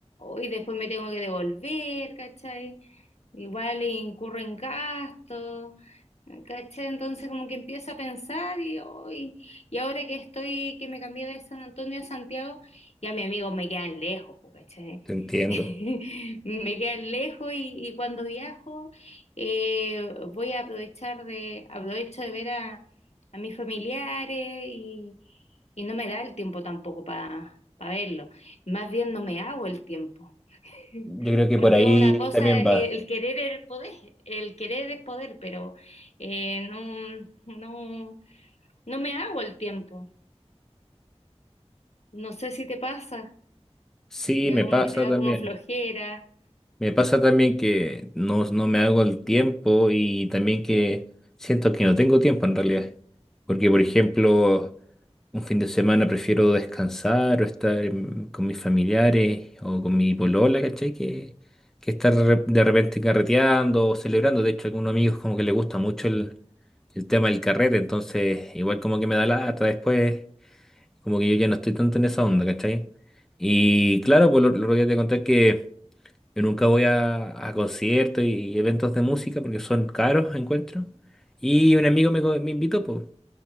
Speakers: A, on the left (about 70°); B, in the centre.
A: y después me tengo que devolver, ¿cachai? Igual incurro en gastos, ¿cachai? Entonces como que empiezo a pensar y, hoy y y ahora que estoy, que me cambié de San Antonio a Santiago, ya mis amigos me quedan lejos, po, ¿cachai?
B: Te entiendo.
A: <laughs> Me quedan lejos y, y cuando viajo eh, voy a aprovechar de, aprovecho de ver a, a mis familiares y, y no me da el tiempo tampoco para verlos. Más bien no me hago el tiempo, <laughs>
B: Yo creo que
A: porque
B: por ahí
A: una cosa,
B: también
A: eh,
B: va.
A: el querer es el poder, el querer es poder, pero eh, no, no, no me hago el tiempo. No sé si te pasa,
B: Sí,
A: que ya
B: me
A: como
B: pasa
A: que te da
B: también.
A: como flojera,
B: Me pasa también que no, no me hago el tiempo y también que siento que no tengo tiempo en realidad. Porque, por ejemplo, un fin de semana prefiero descansar o estar en- con mis familiares o con mi polola, ¿cachai? Que, que estar re- de repente carreteando o celebrando. De hecho, a algunos amigos como que les gusta mucho el, el tema del carrete, entonces igual como que me da lata después, como que yo ya no estoy tanto en esa onda, ¿cachai? Y claro, pues lo, lo otro día te conté que... Yo nunca voy a, a conciertos y eventos de música porque son caros, encuentro. Y un amigo me, co- me invitó, pues.